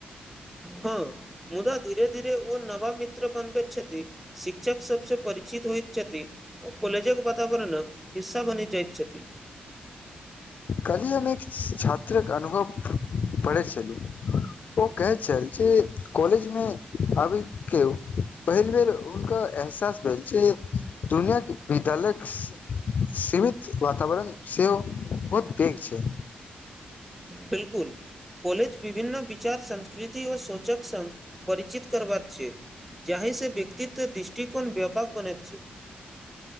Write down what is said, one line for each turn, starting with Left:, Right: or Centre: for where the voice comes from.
Centre: हँ मुदा धीरे धीरे ओ नवाबिक बनबैत छथि शिक्षक सबसँ परिचित होइत छथि ओ कलेजक वातावरणक हिस्सा बनि जाइत छथि
Left: कहलि हम एक छात्रक अनुभव पढ़ैत छलहुँ ओ कहै छल जे कॉलेज मे अभी के पहिल बेर हुनका एहसास भेल जे दुनिआके विद्यालय सीमित वातावरण सेहोव <unintelligible> छै
Centre: बिल्कुल कोॉलज विभिन्न विचार संस्कृति ओ सोचक संघ परिचित करबाक छै जाही से व्यक्तित्व दृष्टिकोन व्यापक बनत छै